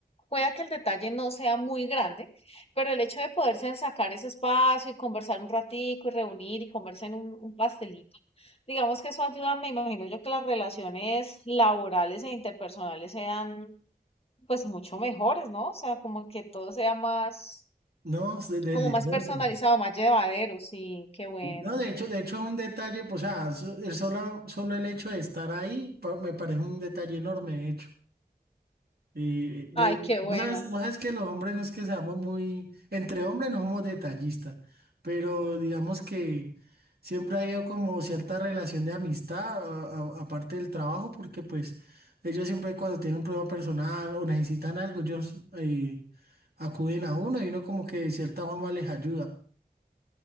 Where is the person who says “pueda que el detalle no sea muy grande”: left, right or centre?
Left